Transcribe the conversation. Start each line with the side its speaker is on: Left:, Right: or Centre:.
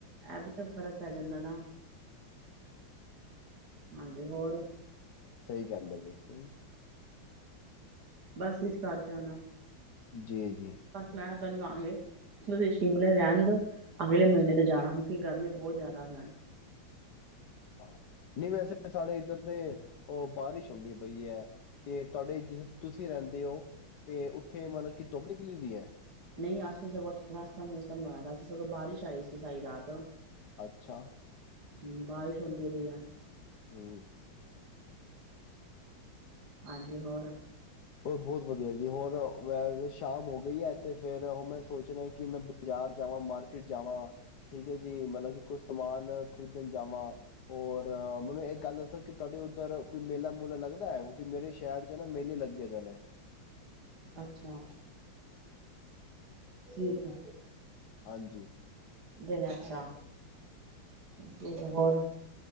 Right: ਇਹ ਵੀ ਤਾਂ ਫ਼ਰਕ ਪੈ ਜਾਂਦਾ ਨਾ ਹਾਂਜੀ ਹੋਰ
Left: ਸਹੀ ਕਹਿੰਦੇ ਬ ਸਹੀ
Right: ਬਸ ਇਸ ਕਰਕੇ ਆਉਣਾ
Left: ਜੀ ਜੀ
Right: ਬਸ ਮੈਂ ਤੁਹਾਨੂੰ ਕਹਾਂਗੇ ਤੁਸੀਂ ਸ਼ਿਮਲੇ ਰਹਿਣ ਦ ਅਗਲੇ ਮਹੀਨੇ ਤੇ ਜਾਣਾ ਕਿਉਂਕਿ ਗਰਮੀ ਬਹੁਤ ਜ਼ਿਆਦਾ ਰਹਿਣ
Left: ਹ ਨਹੀਂ ਵੈਸੇ ਸਾਡੇ ਇੱਧਰ ਤੇ ਉਹ ਬਾਰਿਸ਼ ਹੁੰਦੀ ਪਈ ਹੈ ਤੇ ਤੁਹਾਡੇ ਜਿੱਥੇ ਤੁਸੀਂ ਰਹਿੰਦੇ ਹੋ ਤੇ ਉੱਥੇ ਮਤਲਬ ਕੀ ਧੁੱਪ ਨਈ ਨਿਕਲੀ ਦੀ ਹੈ
Right: ਨਹੀਂ ਅਜ ਤੋ ਸਗੋਂ ਥੜਾ ਅੱਛਾ ਮੌਸਮ ਹੋਇਆ ਦਾ, ਸਗੋਂ ਬਾਰਿਸ਼ ਆਈ ਸੀ ਸਾਰੀ ਰਾਤ
Left: ਅੱਛਾ
Right: ਹਮ ਬਾਰਿਸ਼ ਹੁੰਦੀ ਰਹੀ ਹੈ
Left: ਹੂ
Right: ਹਾਂਜੀ ਹੋਰ
Left: ਹੋ ਬਹੁਤ ਵਧੀਆ ਜੀ ਹੋਰ ਸ਼ਾਮ ਹੋ ਗਈ ਹੈ ਤੇ ਫੇਰ ਹ ਮੈਂ ਸੋਚਣਾ ਕਿ ਮੈਂ ਬਾਜ਼ਾਰ ਜਾਵਾਂ ਮਾਰਕੀਟ ਜਾਵਾਂ ਠੀਕ ਹੈ ਜੀ ਮਤਲਬ ਕਿ ਕੁਛ ਸਮਾਨ ਖਰੀਦਣ ਜਾਵਾਂ ਔਰ ਮੈਨੂੰ ਇਹ ਗੱਲ ਦੱਸੋ ਕਿ ਤੁਹਾਡੇ ਉੱਧਰ ਕੋਈ ਮੇਲਾ ਮੂਲਾ ਲੱਗਦਾ ਹੈ ਕਿਉਂਕਿ ਮੇਰੇ ਸ਼ਹਿਰ ਚ ਨਾ ਮੇਲੇ ਲੱਗੇ ਕਹਿਦਾ ਨੇ
Right: ਅੱਛਾ ਠੀਕ ਐ
Left: ਹਾਂਜੀ
Right: ਦਿਨ ਅੱਛਾ, ਠੀਕ ਹੋਰ